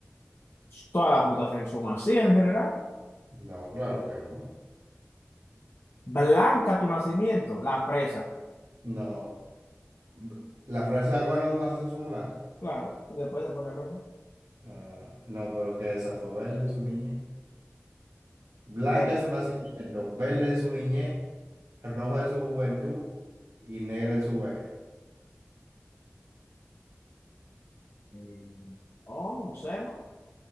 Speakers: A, on the left (about 55°); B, on the right (about 80°).
A: todas las frutas se- son así en general.
B: No, claro que no.
A: Blanca tu nacimiento, la fresa.
B: No. B- La fresa de cuando nacen son blancas.
A: Claro, y después se pone rojo.
B: Ah, no, pero que esa fue verde en su niñez. Blanca
A: Verde.
B: en su nacimiento, verde en su niñez, roja en su juventud y negra en su vejez.
A: eh, oh, no sé, ¿no?